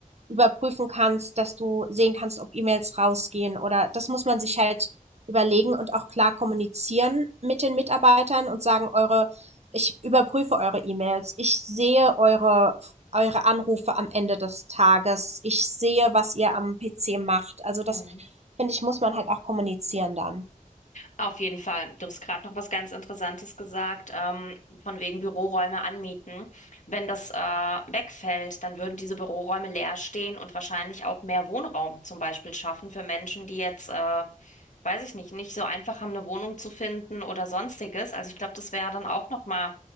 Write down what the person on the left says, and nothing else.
Mhm.
auf jeden Fall, du hast gerade noch was ganz Interessantes gesagt, ähm, von wegen Büroräume anmieten. Wenn das äh, wegfällt, dann würden diese Büroräume leer stehen und wahrscheinlich auch mehr Wohnraum zum Beispiel schaffen für Menschen, die jetzt äh, weiß ich nicht, nicht so einfach haben, eine Wohnung zu finden oder sonstiges. Also ich glaube, das wäre dann auch nochmal